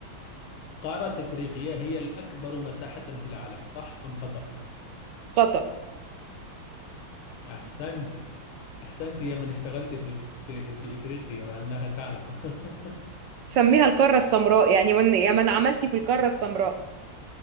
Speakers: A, on the left (about 75°); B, on the right (about 70°).
A: قارة إفريقيا هي الأكبر مساحة في العالم صح أم خطأ
B: خطأ
A: أحسنتي أحسنتي يا من اشتغلت في ال- في, في إفريقيا وأنها تعلم <laughs>
B: سميها القاره السمراء يعني من يا من عملتي في القاره السمراء